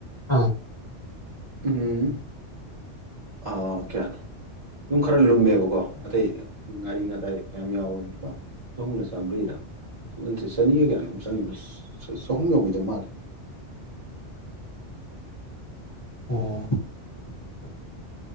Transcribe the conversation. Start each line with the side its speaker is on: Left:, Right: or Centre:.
Left: ꯑꯥ
Right: ꯎꯝ ꯑ ꯑꯣ ꯀꯦꯅꯣ ꯌꯨꯝ ꯈꯔ ꯂꯨꯝꯃꯦꯕꯀꯣ ꯑꯇꯩ ꯉꯥꯔꯤ ꯉꯥꯇꯥꯏ ꯀꯌꯥꯝ ꯌꯥꯎꯋ ꯂꯨꯄꯥ ꯆꯍꯨꯝꯅ ꯆꯥꯝꯃ꯭ꯔꯤꯔ ꯁꯤ ꯆꯅꯤꯒ ꯀꯌꯥꯩꯅꯣꯝꯛ ꯆꯪꯉ ꯆꯍꯨꯝ ꯌꯧꯈꯤꯗ ꯃꯥꯜꯂꯦ
Left: ꯑꯣ <inaudible>